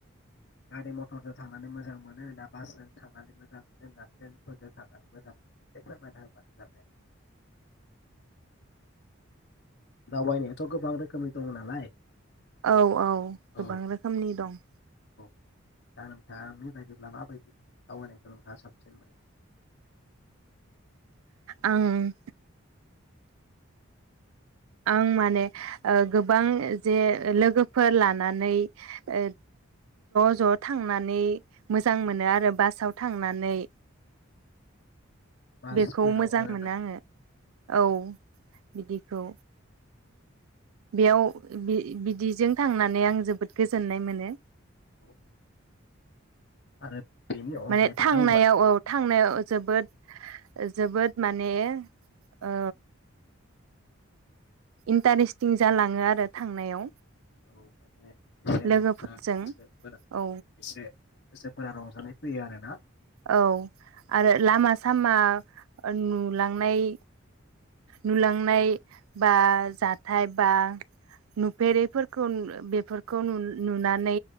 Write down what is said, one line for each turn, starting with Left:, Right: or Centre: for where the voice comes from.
Left: गारि मथरजों थांनानै मोजां मोनो ना बासजों थांनानै मोजां मोनो ना ट्रेनफोरजों थांनानै मोजां मोनो एसे फोरमायना होबानो जाबाय आरो दावबायनो थ गोबांनो रोखोमनि दंङ नालाय।
Right: औ औ गोबां
Left: औ
Right: रोखोमनि दं।
Left: <inaudible>
Right: आं आं माने ओ गोबां जे लोगोफोर लानानै ओ ज' ज' थांनानै मोजां मोनो आरो बासाव थांनानै।
Left: बासफोराव
Right: बेखौ मोजां
Left: आरोना
Right: मोनो आङो औ बिदिखौ बेयाव बिदिजों थांनानै आं जोबोद गोजोननाय मोनो।
Left: औ आरो बेनि अनगायैबो
Right: माने थांनायाव
Left: दावबायखौ
Right: औ थांनायाव जोबोद जोबोद माने ओ इन्टारेस्टिं जालाङो आरो थांनायाव।
Left: औ माने एसे
Right: लोगोफोरजों
Left: रंजाफोरा
Right: औ
Left: एसे गोसोफोरा रंजानाय। फैयो आरोना
Right: औ आरो
Left: औ
Right: लामा सामा नुलांनाय
Left: औ
Right: नुलांनाय बा जाथाय बा नुफेरैफोरखौ बेफोरखौ नुनानै